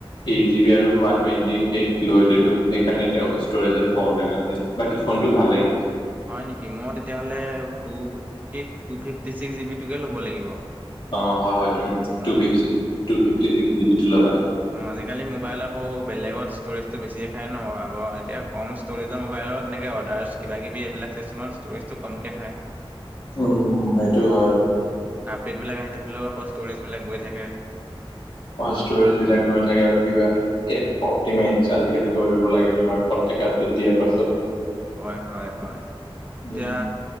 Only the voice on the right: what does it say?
অ
হয় নিকি মই তেতিয়াহলে two eight two fifty six GB টোকে ল'ব লাগিব
অ,
অ আজিকালি মোবাইল আকৌ বেলেগত ষ্ট'ৰেজতটো বেছি খাই ন, আকৌ এতিয়া কম ষ্ট'ৰেজৰ মোবাইলত তেনেকে অৰ্ডাছ কিবা কিবি এইবিলাক ষ্টিষ্টেমত ষ্টৰেজটো কমকে খায়
আপডেটবিলাক আহি থাকিলেও আকৌ ষ্ট'ৰেজবিলাক গৈ থাকে
হয়, হয়, হয়, এতিয়া